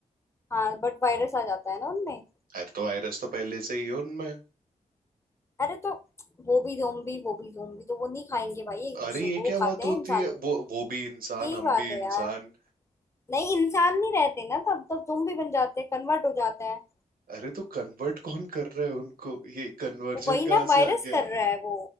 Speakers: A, on the left; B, on the right.
A: हाँ बट वायरस आ जाता है ना उनमें
B: अरे तो वायरस तो पहले से ही है उनमें
A: अरे तो वो भी जोम्बी वो भी जोम्बी तो वो नहीं खाएंगे भाई एक दूसरे
B: अरे ये
A: को वो
B: क्या बात
A: खाते हैं
B: होती
A: इंसानों
B: है
A: को
B: वो वो भी इंसान
A: यही
B: हम
A: बात
B: भी
A: है
B: इंसान
A: यार नहीं इंसान नहीं रहते ना तब तब जोम्बी बन जाते हैं कन्वर्ट हो जाते हैं
B: अरे तो कन्वर्ट कौन कर रहा है उनको ये कन्वर्जन
A: वो वही ना
B: कहाँ
A: वायरस
B: से आ गया
A: कर रहा है वो